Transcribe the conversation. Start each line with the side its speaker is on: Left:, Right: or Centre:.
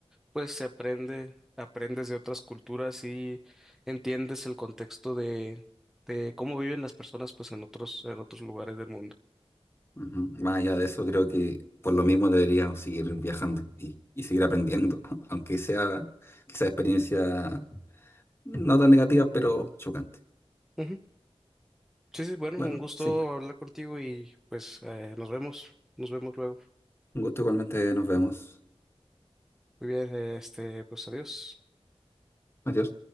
Centre: pues se aprende, aprendes de otras culturas y entiendes el contexto de, de cómo viven las personas pues en otros, en otros lugares del mundo.
Left: Ujú. Más allá de eso, creo que por lo mismo deberíamos seguir viajando y, y seguir aprendiendo, <laughs> aunque sea quizá experiencia no tan negativa, pero chocante.
Centre: Ujú. Sí, sí, bueno,
Left: Bueno,
Centre: un gusto
Left: sí,
Centre: hablar contigo y pues eh, nos vemos, nos vemos luego.
Left: un gusto igualmente, nos vemos.
Centre: Muy bien, este, pues adiós.
Left: Adiós.